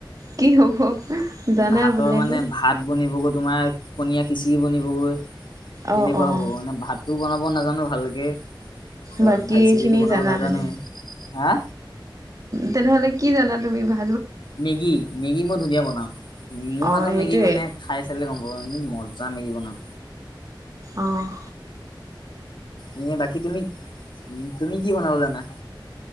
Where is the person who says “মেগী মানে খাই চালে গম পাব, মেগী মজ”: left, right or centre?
Left